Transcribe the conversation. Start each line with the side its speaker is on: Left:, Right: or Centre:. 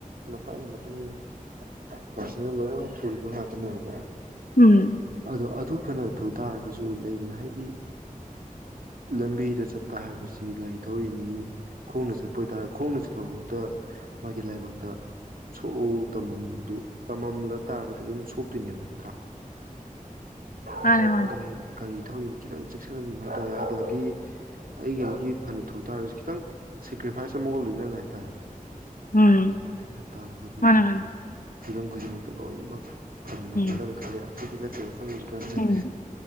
Right: ꯃꯇꯥꯡꯒꯤ ꯃꯇꯨꯡ ꯏ ꯃꯇꯨꯡꯏꯟꯅ ꯄꯥꯔꯁꯣꯅꯦꯜ ꯂꯣꯏꯅꯃꯛꯛ ꯊꯨꯔꯤꯕ ꯉꯥꯛꯇꯅꯦꯕꯀꯣ
Left: ꯎꯝ
Right: ꯑꯗꯣ ꯑꯗꯨ ꯑꯩꯈꯣꯏꯅ ꯊꯨ ꯇꯥꯔꯒꯁꯨ ꯂꯩꯗꯅ ꯍꯥꯏꯗꯤ ꯂꯝꯕꯤꯗ ꯆꯠꯄ ꯍꯥꯏꯕꯁꯤ ꯒꯥꯔꯤ ꯊꯧꯔꯤꯅꯤ ꯈꯣꯡꯅ ꯆꯠꯄ ꯑꯣꯏꯇꯥꯔꯦ ꯈꯣꯡꯅ ꯆꯠꯄꯐꯥꯎꯗ ꯃꯥꯒꯤ ꯂꯥꯏꯕꯛꯇ ꯁꯣꯛꯎ ꯇꯝꯃꯝꯗꯨ ꯇꯝꯃꯝꯂ ꯇꯥꯔꯒꯗꯤ ꯑꯗꯨꯝ ꯁꯣꯛꯇꯣꯏꯅꯦꯕ ꯅꯠꯇ꯭ꯔꯥ
Left: ꯃꯥꯅꯦ
Right: ꯑꯗꯣꯔꯤꯔꯤ
Left: ꯃꯥꯅꯦ
Right: ꯊ ꯈꯤꯇꯪ ꯆꯦꯛꯁꯤꯟꯃꯤꯕ ꯍꯥꯏꯇꯥꯔꯦ ꯑꯗꯒꯤ ꯑꯩꯒꯤ ꯑꯩꯒꯤ ꯐꯅ ꯊꯨ ꯇꯥꯔꯤꯁꯤ ꯈꯤꯇꯪ ꯁꯦꯀ꯭ꯔꯤꯐꯥꯏꯁ ꯑꯃꯒ ꯂꯣꯏꯅꯃꯤ ꯍꯥꯏꯇꯥꯔꯦ
Left: ꯎꯝ
Right: ꯊꯕꯛ ꯆꯈ ꯇꯥꯔꯒꯗꯤ
Left: ꯃꯥꯅꯦ ꯃꯥꯅꯦ
Right: ꯍꯤꯕꯝ ꯈꯨꯗꯤꯡꯃꯛꯇ ꯂꯣꯏꯅꯃꯛ ꯃꯤ ꯃꯔꯔ
Left: ꯎꯝ
Right: ꯈ ꯕꯤꯂꯠꯇꯣ ꯑꯩꯈ ꯀꯁꯦ
Left: ꯎꯝ